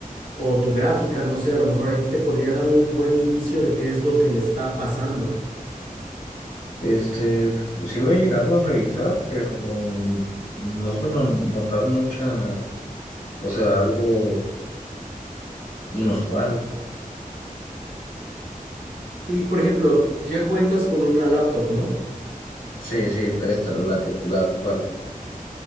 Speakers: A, on the right; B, on the left.
A: o tu gráfica, no sé, a lo mejor ahí te podría dar un buen indicio de qué es lo que le está pasando.
B: Este, sí lo he llegado a revisar, pero no suelo notar mucha, o sea, algo inusual.
A: Y, por ejemplo, ya cuentas con una laptop, ¿no?
B: Sí, sí, esta, la que, la actual.